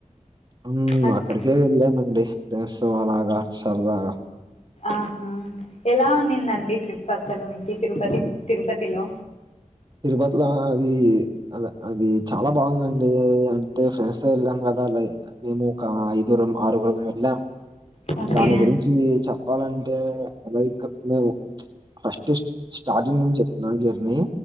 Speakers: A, on the right; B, on the left.
A: ఉమ్
B: అక్
A: అక్కడికే వెళ్ళానండి ఫ్రెండ్సో అలాగా సరదాగా
B: ఆహా ఎలా ఉంనిందండి ట్రిప్ అసలు మీకు తిరుపతి తిరుపతిలో
A: తిరుపతిలో ఆ అది అలా అది చాలా బాగుందండి అంటే ఫ్రెండ్స్ తో వెళ్ళాం కదా లై మేము ఐదుగురం ఆరుగురం వెల్లాం
B: ఓకే
A: దాని గురిం వచ్చి చెప్పాలంటే లైక్ మేము ప్చ్ ఫస్ట్ స్టార్టింగ్ నుంచి చెప్తున్నా జర్నీ